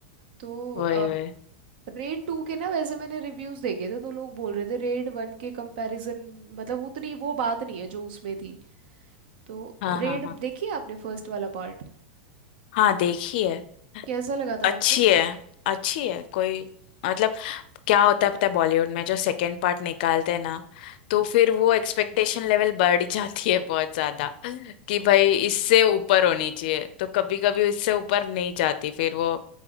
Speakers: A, on the right; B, on the left.
A: तो
B: वही वही
A: रेड टू के ना वैसे मैंने रिव्यूज़ देखे थे तो लोग बोल रहे थे रेड वन के कंपैरिजन मतलब उतनी वो बात नहीं है जो उसमें थी तो
B: हाँ
A: रेड
B: हाँ हाँ
A: देखिए आपने फर्स्ट वाला पार्ट
B: हाँ देखी है
A: कैसा लगा था
B: अच्छी
A: आपको
B: है अच्छी है कोई मतलब क्या होता है पता है बॉलीवुड में जो सेकंड पार्ट निकालते हैं ना तो फिर वो एक्सपेक्टेशन लेवल बढ़ जाती है बहुत ज्यादा कि भाई इससे ऊपर होनी चाहिए तो कभी कभी इससे ऊपर नहीं जाती फिर वो